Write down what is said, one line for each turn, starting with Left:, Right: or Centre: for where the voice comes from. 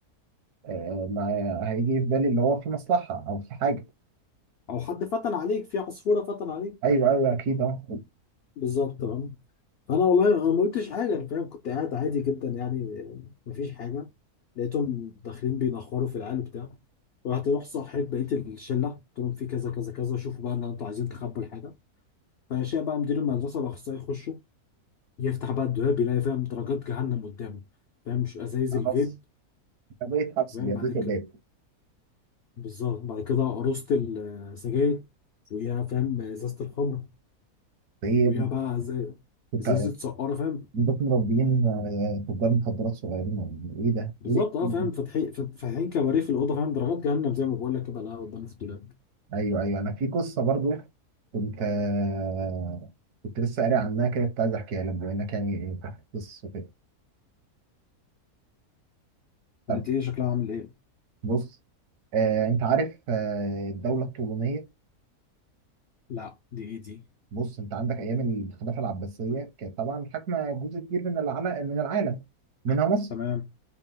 Right: آه ما هيجي في بالي اللي هو في مصلحة أو في حاجة
Left: او حد فتن عليك في عصفوره فتن عليك
Right: أيوه أيوه أكيد أه
Left: بالظبط اه فانا والله انا ما قلتش حاجه انا فاهم كنت قاعد عادي جدا يعني آه، مفيش حاجه لقيتهم داخلين بينخروا في العيال وبتاع رحت رحت صحيت بقيت الشله قلت لهم في كذا كذا كذا شوفوا بقى ان انتوا عايزين تخبوا الحاجه فشاء بقى مدير المدرسه باخصائي يخشوا يفتح بقى الدولاب يلاقي فاهم درجات جهنم قدامه فاهم مش ازايز
Right: خلاص
Left: الفيب
Right: بقيت حبس
Left: فاهم
Right: زي
Left: بعد
Right: بقيت باب
Left: بالظبط بعد كده قروصة السجاير وياها فاهم ازازة الخمر
Right: ايه
Left: وياها بقى زي
Right: كنت
Left: ازازة سقارة فاهم
Right: عندكم مربيين آه، تجار مخدرات صغيرين ولا ايه إيه ده؟
Left: بالظبط
Right: ايه ده؟
Left: اه
Right: إيه
Left: فاهم
Right: ده؟
Left: فاتحين فاتحين كباريه في الأوضة فاهم درجات جهنم زي ما بقول لك كده لا قدام في الدولاب
Right: ايوه ايوه انا في قصه برضو كنت آه، كنت لسه قاري عنها كده كنت عايز احكيها لك بما انك يعني فتحت قصه كده طب
Left: بقت ايه شكلها عامل ايه؟
Right: بص آه، انت عارف آه، الدوله الطولونيه
Left: لا دي ايه دي؟
Right: بص انت عندك ايام الخلافه العباسيه كانت طبعا حاكمه جزء كبير من العالم من العالم منها مصر
Left: تمام